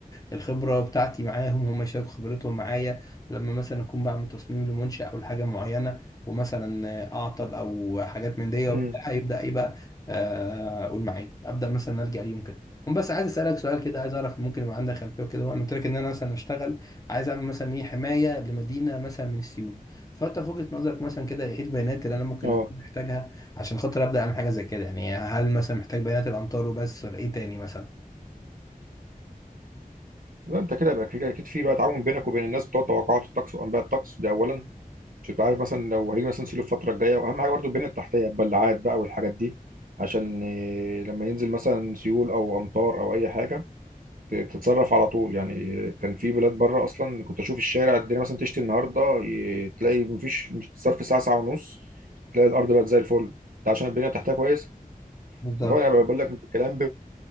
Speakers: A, on the left (about 25°); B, on the right (about 70°).
A: الخبرة بتاعتي معاهم هم يشاركوا خبرتهم معايا لما مثلا أكون بعمل تصميم لمنشأ أو لحاجة معينة ومثلا أعطل أو حاجات من دي وبتاع
B: امم
A: يبدأ إيه بقى آه، أقول معايا أبدأ مثلا ألجأ ليهم كده هم بس عايز أسألك سؤال كده عايز أعرف ممكن يبقى عندك خلفية كده هو أنا قلت لك إن أنا مثلا أشتغل عايز أعمل مثلا إيه حماية لمدينة مثلا من السيول فأنت في وجهة نظرك مثلا كده إيه البيانات اللي أنا ممكن
B: اه
A: أكون محتاجها عشان خاطر أبدأ أعمل حاجة زي كده يعني هل مثلا محتاج بيانات الأمطار وبس ولا إيه تاني مثلا
B: لا انت كده يبقى كده اكيد في بقى تعاون بينك وبين الناس بتوع توقعات الطقس وانباء الطقس ده اولا عشان تبقى عارف مثلا لو هيجي مثلا سيلو الفتره الجايه واهم حاجه برضو البنيه التحتيه البلاعات بقى والحاجات دي عشان إيه، لما ينزل مثلا سيول او امطار او اي حاجه ت- تتصرف على طول يعني كان في بلاد بره اصلا كنت اشوف الشارع الدنيا مثلا تشتي النهارده ي- تلاقي مفيش مش- صرف ساعه ساعه ونص تلاقي الارض بقت زي الفل ده عشان البنيه تحتها كويس
A: بالظبط
B: طبعا انا بقول لك من الكلام